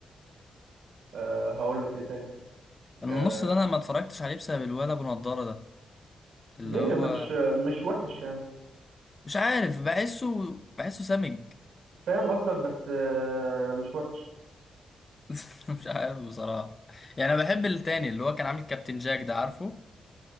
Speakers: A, on the right; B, on the left.
A: آه هقول لك ايه تاني
B: النص
A: آه
B: ده انا ما اتفرجتش عليه بسبب الولد ابو نضاره ده اللي
A: ليه
B: هو
A: مش مش وحش يعني
B: مش عارف بحسه بحسه سمج
A: فاهم قصدك بس آه مش وحش
B: <laughs> مش عارف بصراحه يعني انا بحب التاني اللي هو كان عامل كابتن جاك ده عارفه